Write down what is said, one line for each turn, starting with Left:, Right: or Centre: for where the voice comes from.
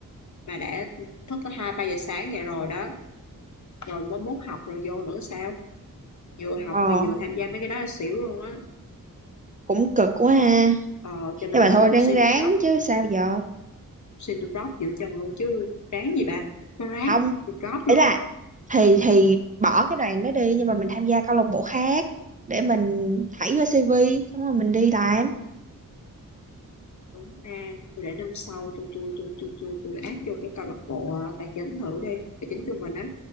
Left: mà đã thức tới hai ba giờ sáng vậy rồi đó rồi mới mốt học rồi vô nữa sao vừa học
Right: Ờ
Left: mà vừa tham gia mấy cái đó là xỉu luôn á
Right: cũng cực quá ha
Left: ờ, cho
Right: Nhưng
Left: nên
Right: mà
Left: là
Right: thôi
Left: tôi
Right: ráng
Left: cũng xin
Right: ráng
Left: drop
Right: chứ sao giờ
Left: xin được drop giữa chừng luôn chứ ráng gì bà nó ráng
Right: Không
Left: được drop
Right: Ý
Left: luôn
Right: là thì thì bỏ cái đoàn đó đi nhưng mà mình tham gia câu lạc bộ khác để mình thảy vô CV xong rồi mình đi làm
Left: đúng ra tôi để năm sau tôi tôi tôi tôi tôi tôi áp vô cái câu lạc bộ à, tài chính thử đi tài chính của mình á